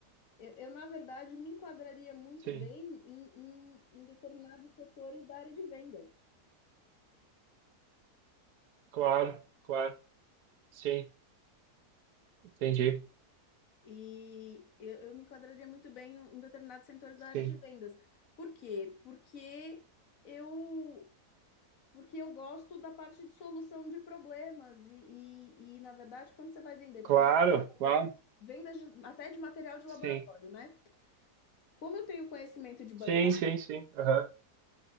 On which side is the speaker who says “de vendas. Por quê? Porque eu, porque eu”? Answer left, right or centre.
Left